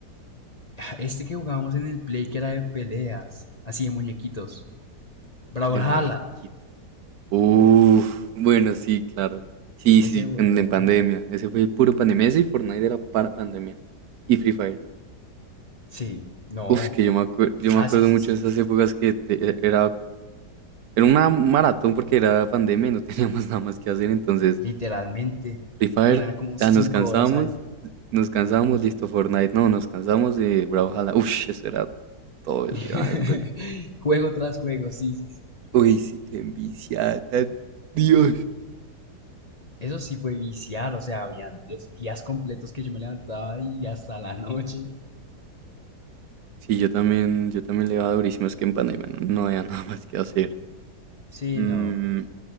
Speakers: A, on the left; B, on the right.
A: <laughs> Este que jugábamos en el Play que era de peleas, así de muñequitos. Brawlhalla.
B: de muñequito. Uf, bueno, sí, claro. Sí,
A: Ese
B: sí, con-
A: fue bueno.
B: en pandemia. Ese fue puro pandemia. Ese y Fortnite era para pandemia. Y Free Fire.
A: Sí, no.
B: Uf, que yo me acuerdo, yo me
A: Ah,
B: acuerdo
A: sí, sí,
B: mucho
A: sí.
B: de esas épocas que te- e- era, era una maratón porque era pandemia y no teníamos <laughs> nada más que hacer, entonces
A: Literalmente.
B: Free Fire,
A: Que eran como cinco
B: ya nos cansábamos,
A: horas ahí.
B: nos cansábamos, listo, Fortnite, no, nos cansamos de Brawlhalla, uf, eso era todo el
A: <laughs>
B: día dándole.
A: Juego tras juego, sí, sí, sí.
B: Uy, sí, qué envicia, tan- Dios.
A: Eso sí fue viciar, o sea, habían los días completos que yo me levantaba y hasta la <laughs> noche.
B: Sí, yo también, yo también le daba durísimo, es que en pandemia no, no había <laughs> nada más que hacer.
A: Sí,
B: Mm,
A: no.